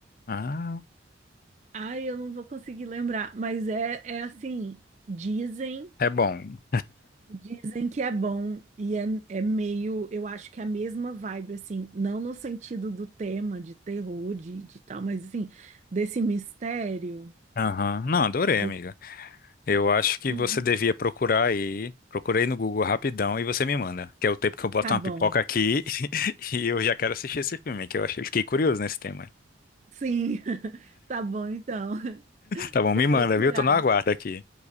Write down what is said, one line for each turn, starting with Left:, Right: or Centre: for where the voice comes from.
Left: Ah,
Right: Ai, eu não vou conseguir lembrar. Mas é, é assim, dizem,
Left: é bom.
Right: dizem que é bom. E é, é meio, eu acho que é a mesma vibe, assim, não no sentido do tema de terror, de, de tal, mas assim, desse mistério
Left: Aham. Não, adorei,
Right: do.
Left: amigo. Eu acho que
Right: Uhum,
Left: você devia procurar aí. Procurei no Google rapidão e você me manda. Que é o tempo que eu boto
Right: tá
Left: uma
Right: bom.
Left: pipoca aqui <laughs> e eu já quero assistir esse filme, que eu achei, fiquei curioso nesse tema.
Right: Sim, <laughs> tá bom então. <laughs>
Left: Tá bom,
Right: Vou
Left: me manda,
Right: procurar.
Left: viu? Tô no aguardo aqui.